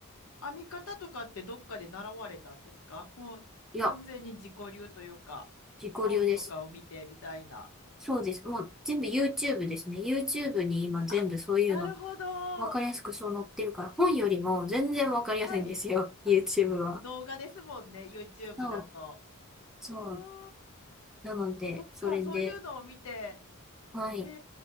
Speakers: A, on the left (about 75°); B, in the centre.
A: 編み方とかってどっかで習われたんですかもう完全に自己流というか、
B: いや、自己流です。
A: 本とかを見てみたいな。
B: そうです。もう全部 YouTube ですね。YouTube に今全部そういうの、
A: あ、なるほど。
B: わかりやすくそう載ってるから、本よりも全然わかりやすいんですよ。
A: はい。
B: YouTube
A: あ、
B: は。
A: 動画ですもんね、YouTube
B: そう、
A: だと。
B: そう。
A: うーん。
B: なので、
A: そっか、
B: それで、
A: そういうのを見て。
B: はい。
A: へ